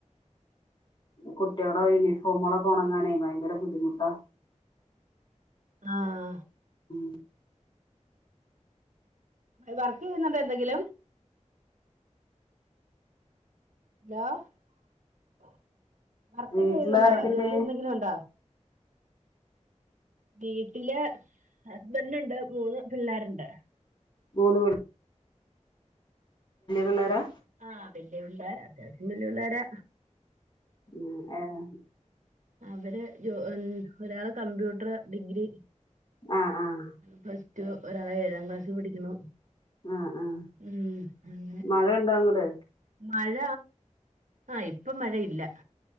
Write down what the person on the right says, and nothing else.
ആഹ
വർക്ക് ചെയ്യുന്നുണ്ടോ എന്തെങ്കിലും ഹലോ <inaudible> വർക്ക്
ചെയ്യുന്നുണ്ടോ
ജോലി എന്തെങ്കിലും ഉണ്ടോ വീട്ടില് ഹസ്ബെന്റ് ഉണ്ട് മൂന്ന് പിള്ളാരുണ്ട്
ആഹ് വലിയ പിള്ളേരാ അത്യാവശ്യം വല്ല്യ പിള്ളാരാ
അവര് ഒരാള് കമ്പ്യൂട്ടർ ഡിഗ്രി
പ്ലസ് മറ്റ് ഒരാള് ഏഴാം ക്ലാസ്സിൽ പഠിക്കുന്നു
ഉം അങ്ങനെ
മഴ ആഹ് ഇപ്പൊ മഴയില്ല